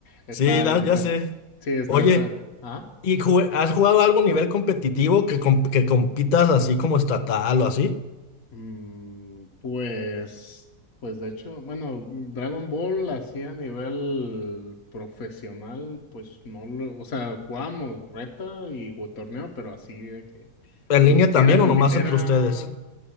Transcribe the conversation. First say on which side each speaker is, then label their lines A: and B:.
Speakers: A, on the left (about 55°); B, on the left (about 80°).
A: Está
B: Sí, la-
A: bien, está.
B: ya sé.
A: Sí, está,
B: Oye,
A: está. Ah.
B: ¿y jue- has jugado algo a nivel competitivo que, comp- que compitas así como estatal o así?
A: Mm, pues, pues de hecho, bueno, Dragon Ball así a nivel profesional, pues no lo, o sea, jugábamos reta y ju- torneo, pero así de que
B: ¿En
A: compitiera,
B: línea también
A: compitiera.
B: o nomás entre ustedes?